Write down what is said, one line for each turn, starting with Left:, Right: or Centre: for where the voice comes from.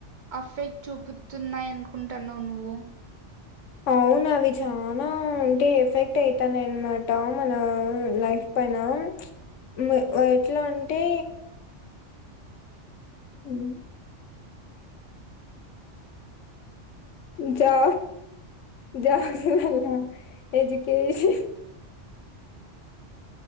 Right: అఫ్ ఫెక్ట్ చూపుతున్నాయి అనుకుంటన్నావ్ నువ్వు
Left: అవును అవి చానా ఉంటే ఎఫెక్ట్ అయితనయ్ అనమాట మన లైఫ్ పైన ఎట్ల మ్ మ్ ఎట్లా అంటే మ్ జా జాబ్స్ పైన ఎడ్యుకేషన్